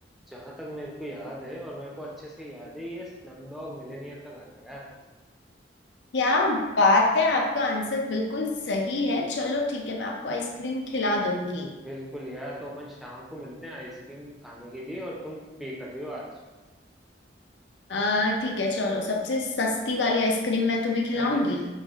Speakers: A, in the centre; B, on the left.
A: जहां तक मेरे को याद है और मेरे को अच्छे से याद है ये स्लमडॉग मिलियनेयर का गाना है यार
B: क्या बात है आपका आंसर बिल्कुल सही है चलो ठीक है मैं आपको आइसक्रीम खिला दूंगी
A: बिल्कुल यार तो अपन शाम को मिलते हैं आइसक्रीम खाने के लिए और तुम पे कर रही हो आज
B: आ ठीक है चलो सबसे सस्ती वाली आइसक्रीम मैं तुम्हें खिलाऊंगी
A: अरे